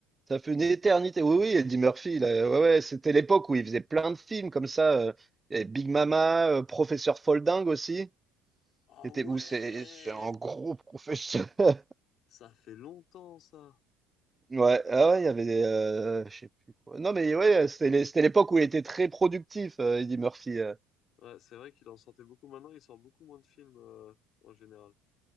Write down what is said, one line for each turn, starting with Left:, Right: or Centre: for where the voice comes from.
Right: ça fait une éternité. Oui, oui, Eddie Murphy, là. Ouais, ouais, c'était l'époque où il faisait plein de films comme ça. euh, et Big Mama, euh, Professeur Folding aussi.
Left: Ah
Right: C'était
Left: ouais!
Right: où c'est c'est un gros professeur. <laughs>
Left: Ça fait longtemps, ça.
Right: Ouais, ah ouais, il y avait des, euh, je sais plus quoi. Non, mais ouais, c'était les- c'était l'époque où il était très productif, euh, Eddie Murphy. euh.
Left: Ouais, c'est vrai qu'il en sortait beaucoup. Maintenant, il sort beaucoup moins de films euh, en général.